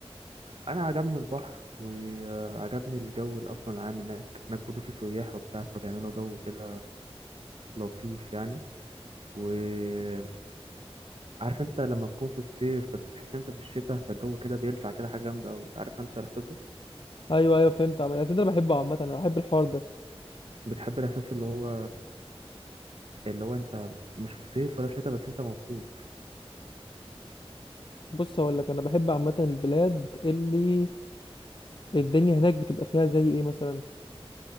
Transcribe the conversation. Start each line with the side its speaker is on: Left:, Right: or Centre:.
Right: انا عجبني البحر وعجبني الجو اللي اصلا العام هناك هناك برضو في سياح وبتاع فبيعملوا جو كده لطيف يعني وعارف انت لما تكون في الصيف بس تحس انت في الشتاء فالجو كده بيلسع كده حاجه جامده قوي عارف انت الاحساس ده
Left: ايوه ايوه فهمت عم- أصل انا بحبه عامة انا بحب الحوار ده
Right: بتحب الاحساس اللي هو اللي هو انت مش في صيف ولا في شتاء بس انت مبسوط
Left: بص هقول لك انا بحب عامة البلاد اللي الدنيا هناك بتبقى فيها زي ايه مثلا